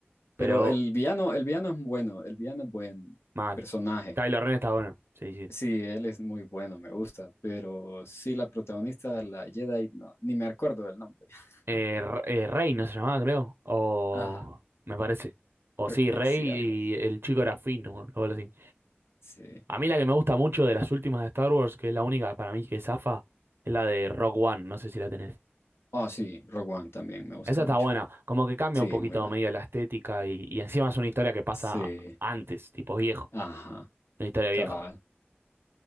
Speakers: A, on the right (about 65°); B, on the left (about 80°).
A: Pero
B: Pero el villano, el villano es bueno, el villano es buen
A: mal.
B: personaje.
A: Kylo Ren está bueno, sí, sí.
B: Sí, él es muy bueno, me gusta, pero sí, la protagonista, la Jedi, no, ni me acuerdo del nombre. <laughs>
A: Eh, Re- eh, Rey no se llamaba, creo. O
B: Ajá,
A: me parece. O
B: creo
A: sí,
B: que
A: Rey
B: sí, algo así.
A: y el chico era Finn, o algo así.
B: Sí.
A: A mí la que me gusta mucho de las últimas de Star Wars, que es la única para mí que zafa, es la de Rock One, no sé si la tenés.
B: Oh, sí, Rogue One también me gustó
A: Esa está
B: mucho.
A: buena, como que cambia
B: Sí,
A: un poquito
B: muy bueno.
A: medio la estética y, y encima es una historia que pasa
B: Sí,
A: antes, tipo viejo,
B: ajá,
A: una historia vieja.
B: cabal.